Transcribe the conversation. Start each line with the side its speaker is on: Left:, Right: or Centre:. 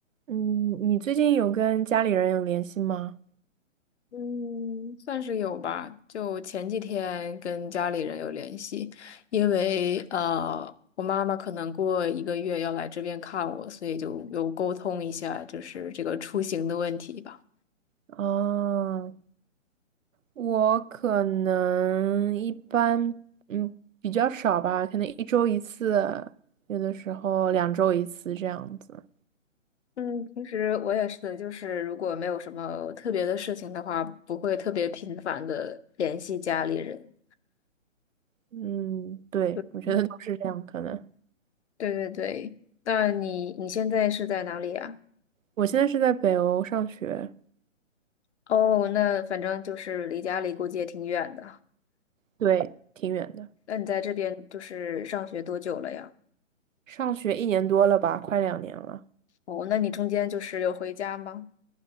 Right: 嗯，你最近有跟家里人有联系吗？
Left: 嗯，算是有吧。就前几天跟家里人有联系，因为呃，我妈妈可能过一个月要来这边看我，所以就有沟通一下，就是这个出行的问题吧。
Right: 哦，我可能一般，嗯，比较少吧，可能一周一次，有的时候两周一次这样子。
Left: 嗯，平时我也是的，就是如果没有什么特别的事情的话，不会特别频繁的联系家里人。
Right: 嗯，对，
Left: 对
Right: 我觉得都是这样，可能。
Left: 对对对，那你你现在是在哪里啊？
Right: 我现在是在北欧上学，
Left: 哦，那反正就是离家里估计也挺远的。
Right: 对，挺远的，
Left: 那你在这边就是上学多久了呀？
Right: 上学一年多了吧，快两年了，
Left: 哦，那你中间就是有回家吗？